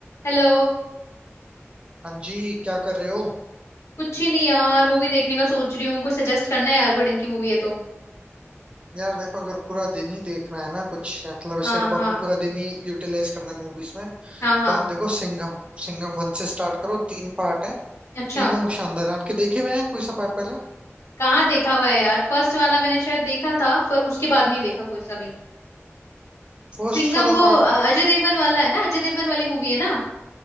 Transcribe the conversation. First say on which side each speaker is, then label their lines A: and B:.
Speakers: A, on the left; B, on the right.
A: Hello
B: हाँ जी क्या कर रहे हो
A: कुछ ही नहीं यार मूवी देखने का सोच रही हूँ कुछ सजेस्ट करना है यार कोई ढंग की मूवी है तो
B: यार देखो अगर पूरा दिन ही देखना है ना कुछ मतलब ऐसे
A: हाँ हाँ
B: आपको पूरा दिन ही यूटिलाइज करना है मूवीज में
A: हाँ हाँ
B: तो आप देखो सिंघम सिंघम वन से स्टार्ट करो तीन पार्ट है
A: अच्छा
B: तीनों शानदार है आपके देखे हुए हैं कोई सा पार्ट पहले
A: कहाँ देखा हुआ है यार फर्स्ट वाला मैंने शायद देखा था पर उसके बाद नहीं देखा कोई सा भी
B: फर्स्ट
A: सिंघम
B: वाला
A: वो
B: पार्ट
A: अ, अजय देवगन वाला है ना अजय देवगन वाली मूवी है ना